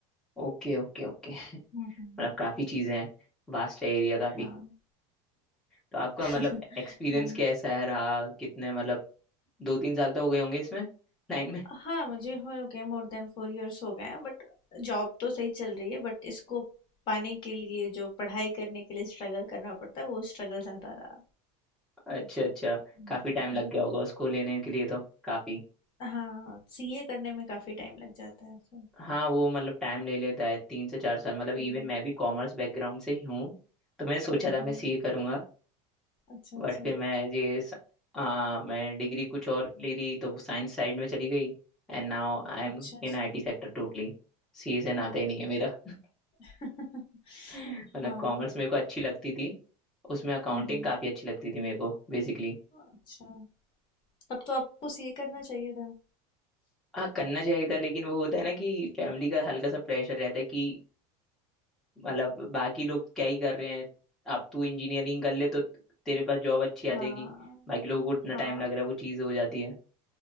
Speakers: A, in the centre; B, on the left (about 30°).
A: Okay okay okay <laughs>
B: हम्म
A: मतलब
B: हम्म,
A: काफी चीजें हैं वास्ट है एरिया काफी
B: हाँ
A: तो आपका
B: <laughs>
A: मतलब एक्सपीरियंस
B: हाँ
A: कैसा है रहा कितने मतलब दो तीन साल तो हो गए होंगे इसमें लाइन में
B: हाँ मुझे हो गए मोर देन फोर इयर्स हो गए हैं बट जॉब तो सही चल रही है बट इसको पाने के लिए जो पढ़ाई करने के लिए स्ट्रगल करना पड़ता है वो स्ट्रगल ज़्यादा रहा
A: अच्छा अच्छा
B: हम्म,
A: काफी टाइम लग
B: हम्म,
A: गया होगा उसको लेने के लिए तो काफी
B: हाँ सीए करने में काफ़ी टाइम लग जाता है सो
A: हाँ वो मतलब टाइम ले लेता है तीन से चार साल मतलब इवन
B: हम्म,
A: मैं भी कॉमर्स बैकग्राउंड से ही हूँ तो मैंने सोचा
B: हम्म,
A: था मैं सीए करूंगा
B: अच्छा
A: बट
B: अच्छा
A: फिर मैं ये स- आ, मैं डिग्री कुछ और ले ली तो वो साइंस साइड में चली गई And now I am
B: अच्छा अच्छा
A: in IT sector totally CA से नाता ही नहीं है मेरा <laughs>
B: अच्छा। <laughs>
A: मतलब
B: हाँ
A: कॉमर्स मेरे को अच्छी लगती थी उसमें अकाउंटिंग
B: हम्म हम्म।
A: काफी अच्छी लगती थी मेरे को बेसिकली
B: अच्छा तब तो आपको सीए करना चाहिए था
A: हाँ करना चाहिए था लेकिन वो होता है ना कि फैमिली का हल्का सा प्रेशर रहता है कि मतलब बाकी लोग क्या ही कर रहे हैं अब तू इंजीनियरिंग कर ले तो तेरे पास जॉब अच्छी आ
B: हाँ
A: जाएगी बाकी लोगों को इतना
B: हाँ
A: टाइम लग रहा है वो चीज़ हो जाती है